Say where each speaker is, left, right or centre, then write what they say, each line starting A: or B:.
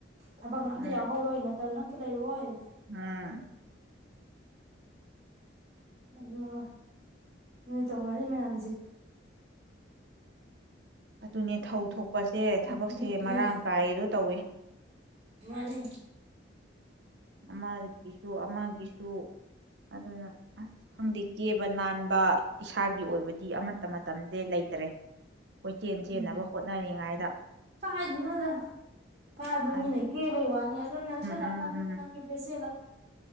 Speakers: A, on the right; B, on the right.
A: ꯊꯕꯛꯅ ꯑꯝꯇ
B: ꯎꯝ
A: ꯌꯥꯎꯍꯧꯔꯣꯏ ꯃꯇꯝꯗ ꯂꯩꯔꯑꯣꯣꯏ
B: ꯎꯝ
A: ꯑꯗꯨꯒ ꯅꯨꯠ ꯇꯧ ꯃꯔꯤ ꯃꯌꯥꯝꯁꯦ
B: ꯑꯗꯨꯅꯦ ꯊꯧ ꯊꯣꯛꯄꯁꯦ ꯊꯕꯛꯁꯦ
A: ꯎꯝ ꯎꯝ
B: ꯃꯔꯥꯡ
A: ꯎꯝ
B: ꯀꯥꯏꯗꯣ ꯇꯧꯏꯦ
A: ꯃꯥꯅꯤ
B: ꯑꯃꯒꯤꯁꯨ ꯑꯃꯒꯤꯁꯨ ꯑꯗꯨꯅ ꯑꯁ ꯈꯪꯗꯦ ꯀꯦꯕ ꯅꯥꯟꯕ ꯏꯁꯥꯒꯤ ꯑꯣꯏꯕꯗꯤ ꯑꯃꯠꯇ ꯃꯇꯝꯁꯦ ꯂꯩꯇ꯭ꯔꯦ ꯀꯣꯏꯆꯦꯟ ꯆꯦꯟꯅꯕ
A: ꯎꯝ
B: ꯍꯣꯠꯅꯔꯤꯉꯩꯗ
A: ꯀꯥꯏꯗꯤꯉꯣꯗ ꯄꯥꯏꯕ
B: ꯎꯝ
A: ꯃꯤꯅ ꯀꯦꯕꯩ ꯋꯥꯅꯤ ꯅꯪꯁꯦ ꯂꯒꯥ
B: ꯎꯝ
A: ꯂꯩꯇ
B: ꯎꯝ
A: ꯅꯪꯁꯨ ꯐꯦꯁꯦꯜ